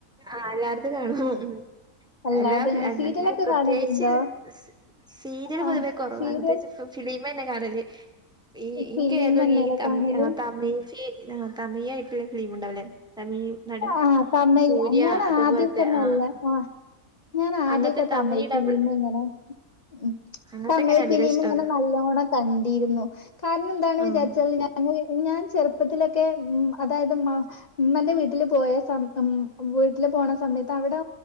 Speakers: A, in the centre; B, on the left (about 35°).
A: ആഹ് എല്ലാര്തും കാണും ഉം
B: അല്ലാതെ
A: എല്ലാങ്ങനെ
B: ഇങ്ങനെ സീരിയലൊക്കെ
A: പ്രത്യേകിച്ച്
B: കാണലുണ്ടോ
A: സീ സീരിയല്
B: ആഹ്
A: പൊതുവേ കുറവാണ്
B: സീരിയൽ
A: പ്രത്യേകിച്ച് ഫിലിമ തന്നെ കാണല് ഈ ഇന്ക്ക്
B: ഫിലിമെന്നെല്ലേ
A: ഏതൊ ഈ
B: കാണല്
A: തമിഴ് ഫി തമിഴ് ആയിട്ടുള്ള ഫിലിം ഉണ്ടാവില്ലേ? തമിഴ് നടൻ
B: ആഹ് തമിഴ്
A: സൂര്യ
B: ഞാൻ
A: അതേപോലത്തെ
B: ആദ്യൊക്കെ നല്ല
A: ആഹ്
B: ആഹ് ഞാന് ആദ്യക്കെ
A: അങ്ങനത്തെ
B: തമിഴ് ഫിലിം
A: ഡബിൾ
B: ഇങ്ങനെ ഉം
A: അങ്ങനത്തൊക്കെയാണ്
B: തമിഴ്
A: അധികം
B: ഫിലിം
A: ഇഷ്ടം.
B: ഇങ്ങനെ നല്ലോണം കണ്ടിരുന്നു കാരണം എന്താണ്
A: ആഹ്
B: വിചാരിച്ചൽ ഞാൻ ഞാൻ ചെറുപ്പത്തിലൊക്കെ ഉ അതായത് ഉമ്മ് ഉമ്മന്റെ വീട്ടിൽ വീട്ടില് പോയ സ ഉം വീട്ടില് പോണ സമയത്ത് അവിടെ